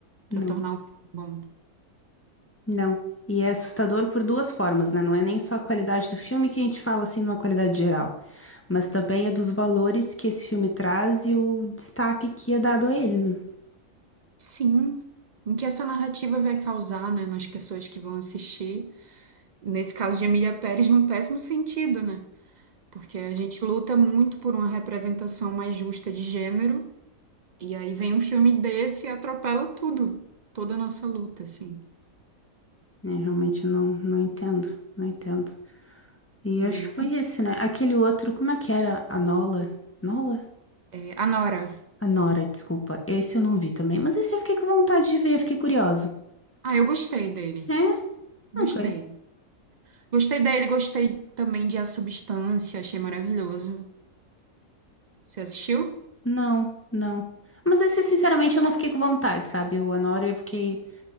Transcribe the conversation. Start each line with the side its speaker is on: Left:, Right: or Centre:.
Right: para
Left: não,
Right: tornar um filme bom.
Left: não. E é assustador por duas formas, né? Não é nem só a qualidade do filme que a gente fala assim numa qualidade geral, mas também é dos valores que esse filme traz e o destaque que é dado a ele, né?
Right: Sim. O que essa narrativa vai causar, né, nas pessoas que vão assistir? Nesse caso de Emília Pérez, num péssimo sentido, né? Porque a gente luta muito por uma representação mais justa de gênero, e aí vem um filme desse e atropela tudo, toda a nossa luta, assim.
Left: É, realmente eu não, não entendo, não entendo. E
Right: Também,
Left: acho
Right: né?
Left: que foi esse, né? Aquele outro, como é que era? A Nola? Nola?
Right: É, Anora.
Left: A Nora, desculpa. Esse eu não vi também. Mas esse eu fiquei com vontade de ver, fiquei curiosa.
Right: Ah, eu gostei dele.
Left: É?
Right: Gostei.
Left: Ok.
Right: Gostei dele, gostei também de A Substância, achei maravilhoso. Você assistiu?
Left: Não, não. Mas esse, sinceramente, eu não fiquei com vontade, sabe? O Anora eu fiquei,